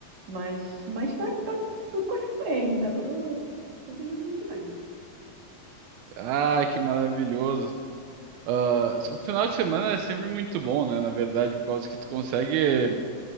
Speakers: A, on the right (about 55°); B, on the right (about 80°).
A: Mas, mas tá, tá tudo correndo bem. Tá tudo, tudo indo muito bem.
B: Ah, que maravilhoso. Ah, o final de semana é sempre muito bom, né? Na verdade, por causa que tu consegue.